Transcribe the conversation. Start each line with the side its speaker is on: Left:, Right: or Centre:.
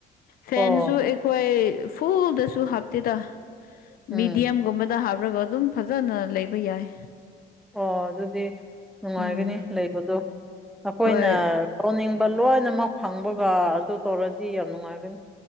Left: ꯐꯦꯟꯁꯨ
Centre: ꯑꯣ
Left: ꯍꯣꯏ ꯐꯨꯜꯗꯁꯨ ꯍꯥꯞꯇꯦꯗ
Centre: ꯎꯝ
Left: ꯃꯤꯦꯗꯤꯌꯝꯒꯨꯝꯕꯗ ꯍꯥꯞꯔꯒ ꯑꯗꯨꯝ ꯐꯖꯅ ꯂꯩꯕ ꯌꯥꯏ
Centre: ꯑꯣ ꯑꯗꯨꯗꯤ ꯅꯨꯡꯉꯥꯏꯒꯅꯤ
Left: ꯎꯝ
Centre: ꯂꯩꯕꯗꯣ ꯑꯩꯈꯣꯏꯅ
Left: ꯍꯣꯏ
Centre: ꯂꯧꯅꯤꯡ ꯂꯣꯏꯅꯃꯛ ꯐꯪꯕꯒ ꯑꯗꯨ ꯇꯧꯔꯗꯤ ꯌꯥꯝ ꯅꯨꯡꯉꯥꯏꯒꯅꯤ